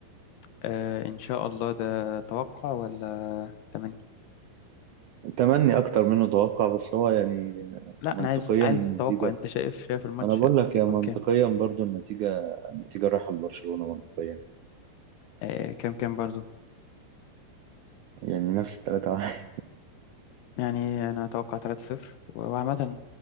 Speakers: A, on the left; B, on the right.
A: آه، إن شاء الله ده توقع ولا تمني
B: تمني اكتر منه توقع بس هو يعني
A: لا
B: منطقيا
A: أنا عايز عايز
B: نتيجه
A: توقع أنت شايف شايف الماتش
B: انا بقول لك يا
A: يكون
B: منطقيا
A: كام
B: برضو النتيجه النتيجه رايحه لبرشلونه منطقيا
A: آه، كام كام برضو
B: يعني نفس الثلاثه واحد
A: يعني أنا أتوقع 3-0 وعامة